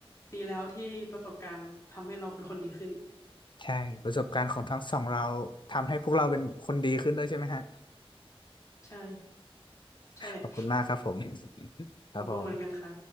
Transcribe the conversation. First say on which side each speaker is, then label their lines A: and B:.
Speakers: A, on the left; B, on the left.
A: ดีแล้วที่ประสบการณ์ทำให้เราเป็นคนดีขึ้น
B: ใช่ประสบการณ์ของทั้งสองเราทำให้พวกเราเป็นคนดีขึ้นด้วยใช่ไหมฮะ
A: <laughs> ใช่ใช่แหละ
B: ขอบคุณมากครับผม ครับผม
A: ขอบคุณเหมือนกันค่ะ